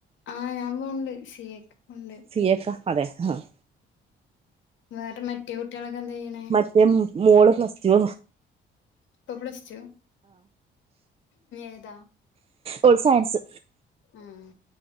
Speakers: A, on the left (about 75°); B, on the right (about 30°).
A: ആഹ് ഞാൻ പോണ്ണ്ട് സി എക്ക് പോണ്ട്
B: സിയെക്ക അതെ ആഹ്
A: വേറെ മറ്റേ കുട്ട്യോളൊക്കെ എന്താ ചെയ്യണെ?
B: മറ്റേ മോള് പ്ലസ്ടു
A: ഇപ്പ പ്ലസ്ടു ഏതാ?
B: ഓൾ സയൻസ്
A: ആഹ്